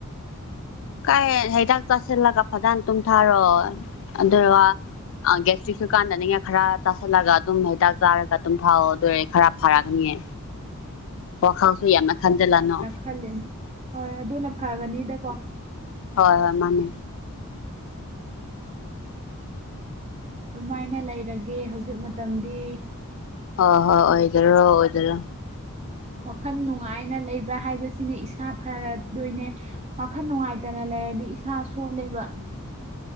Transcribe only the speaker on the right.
ꯈꯜꯂꯦꯅꯦ ꯍꯣꯏ ꯑꯗꯨꯅ ꯐꯒꯅꯤꯗꯀꯣ
ꯑꯗꯨꯃꯥꯏꯅ ꯂꯩꯔꯒꯦ ꯍꯧꯖꯤꯛ ꯃꯇꯝꯗꯤ
ꯋꯥꯈꯜ ꯅꯨꯡꯉꯥꯏꯅ ꯂꯩꯕ ꯍꯥꯏꯕꯁꯤꯅ ꯏꯁꯥ ꯐꯔꯗꯣꯏꯅꯦ꯫ ꯋꯥꯈꯜ ꯅꯨꯡꯉꯥꯏꯇꯅ ꯂꯩꯔꯗꯤ ꯏꯁꯥ ꯁꯣꯜꯂꯦꯕ꯫